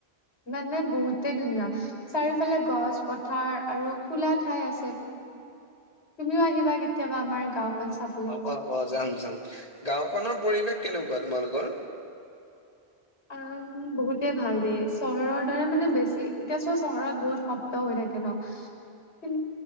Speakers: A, on the left; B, on the left.
A: মানে বহুতেই ধুনীয়া। চাৰিওফালে
B: উম
A: গছ, পথাৰ আৰু খোলা ঠাই আছে। তুমিও আহিবা কেতিয়াবা আমাৰ গাঁওখন
B: অহ'
A: চাবলে।
B: হ'ব হ'ব যাম যাম গাঁওখনত পৰিৱেশ কেনেকুৱা তোমালোকৰ?
A: ও বহুতে ভাল দে চহৰৰ দৰে মানে বেছি এতিয়া চোৱা চহৰত বহুত শব হৈ থাকে ন কি